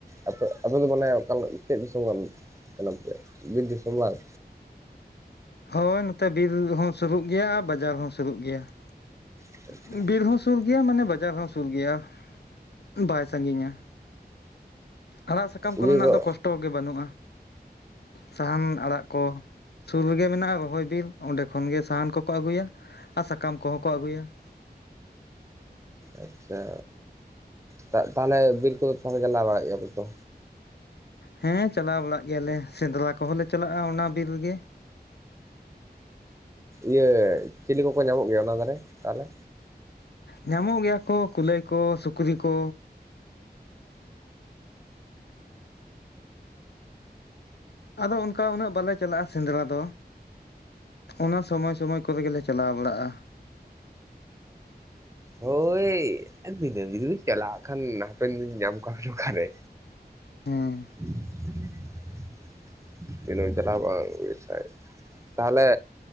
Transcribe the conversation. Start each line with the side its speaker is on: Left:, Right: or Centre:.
Right: ᱟᱯᱮ ᱟᱯᱮ ᱫᱚ ᱵᱚᱞᱮ ᱚᱠᱟ ᱪᱮᱫ ᱫᱤᱥᱚᱢ ᱠᱟᱱ? ᱠᱟᱱᱟᱯᱮ ᱵᱤᱨ ᱫᱤᱥᱚᱢ ᱵᱟᱝ?
Left: ᱦᱳᱭ ᱱᱚᱛᱮ ᱵᱤᱨ ᱦᱚᱸ ᱥᱩᱨᱩᱜ ᱜᱮᱭᱟ ᱟᱨ ᱵᱟᱡᱟᱨ ᱦᱚᱸ ᱥᱩᱨᱩᱜ ᱜᱮᱭᱟ ᱾
Right: <inaudible>
Left: ᱵᱤᱨ ᱦᱚᱸ ᱥᱩᱨ ᱜᱮᱭᱟ ᱢᱟᱱᱮ ᱵᱟᱡᱟᱨ ᱦᱚᱸ ᱥᱩᱨ ᱜᱮᱭᱟ ᱵᱟᱭ ᱥᱟᱺᱜᱤᱧᱟ ᱾ ᱟᱲᱟᱜ ᱥᱟᱠᱟᱢ ᱠᱚᱨᱮᱱᱟᱜ
Right: ᱤᱭᱟᱹ ᱠᱚ
Left: ᱫᱚ ᱠᱚᱥᱴᱚ ᱜᱮ ᱵᱟᱹᱱᱩᱜᱼᱟ ᱥᱟᱦᱟᱱ ᱟᱲᱟᱜ ᱠᱚ ᱾ ᱥᱩᱨ ᱨᱮᱜᱮ ᱢᱮᱱᱟᱜᱼᱟ ᱨᱚᱦᱚᱭ ᱵᱤᱞ ᱚᱸᱰᱮ ᱠᱷᱚᱱ ᱜᱮ ᱥᱟᱦᱟᱱ ᱠᱚᱠᱚ ᱟᱜᱩᱭᱟ ᱟᱨ ᱥᱟᱠᱟᱢ ᱠᱚᱦᱚᱸ ᱠᱚ ᱟᱜᱩᱭᱟ ᱾
Right: ᱟᱪᱪᱷᱟ ᱫᱟᱜ ᱛᱟᱦᱞᱮ ᱵᱤᱨ ᱠᱚᱫᱚ ᱛᱟᱦᱞᱮ ᱪᱟᱞᱟᱣ ᱵᱟᱲᱟᱜ ᱜᱮᱭᱟ ᱯᱮᱛᱚ?
Left: ᱦᱮᱸ ᱪᱟᱞᱟᱣ ᱵᱟᱲᱟᱜ ᱜᱮᱭᱟᱞᱮ ᱥᱮᱸᱫᱽᱞᱟ ᱠᱚᱦᱚᱸ ᱞᱮ ᱪᱟᱞᱟᱜ-ᱟ ᱚᱱᱟ ᱵᱤᱞ ᱜᱮ᱾
Right: ᱤᱭᱟᱹ ᱪᱤᱞᱤ ᱠᱚᱠᱚ ᱧᱟᱢᱚᱜ ᱜᱮᱭᱟ ᱚᱱᱟ ᱫᱷᱟᱨᱮ ᱛᱟᱦᱚᱞᱮ?
Left: ᱧᱟᱢᱚᱜ ᱜᱮᱭᱟ ᱠᱚ ᱠᱩᱞᱟᱹᱭ ᱠᱚ ᱥᱩᱠᱨᱤ ᱠᱚ ᱟᱫᱚ ᱚᱱᱠᱟ ᱩᱱᱟᱹᱜ ᱵᱟᱞᱮ ᱪᱟᱞᱟᱜ-ᱟ ᱥᱮᱸᱫᱽᱞᱟ ᱫᱚ᱾ ᱚᱱᱟ ᱥᱚᱢᱚᱭ ᱥᱚᱢᱚᱭ ᱠᱚᱨᱮ ᱜᱮᱞᱮ ᱪᱟᱞᱟᱣ ᱵᱟᱲᱟᱜ-ᱟ᱾
Right: ᱦᱳᱭ ᱫᱤᱱᱟᱹᱢ ᱡᱩᱫᱤ ᱵᱤᱱ ᱪᱟᱞᱟᱜ-ᱟ ᱠᱷᱟᱱ ᱦᱟᱯᱮᱱ ᱫᱤᱱ ᱧᱟᱢ ᱠᱚᱣᱟᱵᱤᱱ ᱚᱠᱟᱨᱮ?
Left: ᱦᱮᱸ
Right: <inaudible> ᱫᱷᱤᱱᱟᱹᱝ ᱪᱟᱞᱟᱣ ᱠᱚᱜ-ᱟ ᱥᱟᱭ <unintelligible> ᱛᱟᱦᱚᱞᱮ